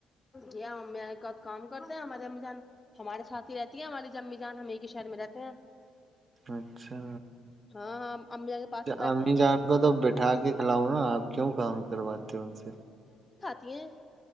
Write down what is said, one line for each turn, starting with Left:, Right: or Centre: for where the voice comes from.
Left: جی امی ایک ہی کام کرتے ہیں ہماری امی جان ہمارے ساتھی ہی رہتی ہیں ہماری امی جان ہم ایک ہی شہر میں رہتے ہیں
Right: اچھا
Left: ہاں ہاں امی جان کے پاس ہی بیٹھے
Right: امی
Left: ہیں
Right: جان کو تو بٹھا کے کھلاؤ نا آپ کیوں کام کرواتے ہو ان سے
Left: تی ہیں